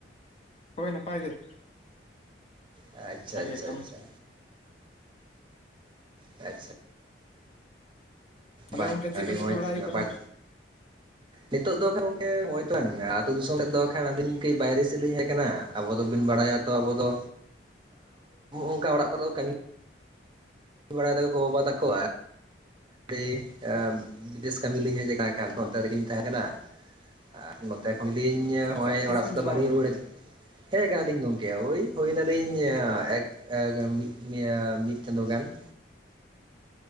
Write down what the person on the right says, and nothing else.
ᱟᱪᱪᱷᱟ ᱟᱪᱪᱷᱟ
ᱟᱪᱪᱷᱟ ᱟᱪᱪᱷᱟ ᱾
ᱵᱟᱝ
ᱟᱹᱰᱤ
ᱢᱚᱸᱡᱽ
ᱱᱟᱯᱟᱭ
ᱱᱤᱛᱚᱜ ᱫᱚ ᱱᱚᱜᱼᱚᱭ ᱛᱚ ᱵᱟᱝ ᱟᱹᱛᱩ ᱫᱤᱥᱚᱢ ᱥᱮᱫ ᱫᱚ ᱠᱷᱟᱱ ᱟᱹᱞᱤᱧ ᱠᱟᱹᱡ ᱵᱟᱭᱨᱮ ᱥᱮᱫ ᱞᱤᱧ ᱦᱮᱡ ᱟᱠᱟᱱᱟ ᱾ ᱟᱵᱚ ᱫᱚᱵᱤᱱ ᱵᱟᱲᱟᱭᱟ ᱛᱚ ᱟᱵᱚ ᱫᱚ ᱚᱱᱠᱟ ᱚᱲᱟᱜ ᱠᱚᱨᱮ ᱫᱚ ᱠᱟᱹᱢᱤ ᱠᱟᱢᱤ ᱵᱟᱲᱟᱭ ᱫᱟᱠᱚ ᱜᱳᱵᱟᱵᱟ ᱛᱟᱠᱚ <unintelligible> ᱮ ᱵᱤᱫᱮᱥ ᱠᱟᱹᱢᱤ ᱞᱤᱧ ᱦᱮᱡ ᱟᱠᱟᱱ ᱚᱱᱛᱮ ᱨᱮᱜᱮᱧ ᱛᱟᱦᱮᱸ ᱠᱟᱱᱟ, ᱟᱨ ᱱᱚᱛᱮ ᱠᱷᱚᱱᱞᱤᱧ ᱱᱚᱜᱼᱚᱭ
ᱚᱲᱟᱜ
ᱥᱮᱥ ᱫᱚ
ᱵᱟᱹᱞᱤᱧ
ᱨᱩᱣᱟᱹᱲᱟ ᱦᱮᱡ ᱠᱟᱱᱟ ᱞᱤᱧ ᱜᱚᱝᱠᱮ ᱳᱭ ᱦᱩᱭ ᱮᱱᱟᱞᱤᱧ ᱮᱠ ᱮᱜ ᱤᱭᱟ ᱢᱤ ᱢᱤᱫ ᱪᱟᱸᱫᱚ ᱜᱟᱱ ᱾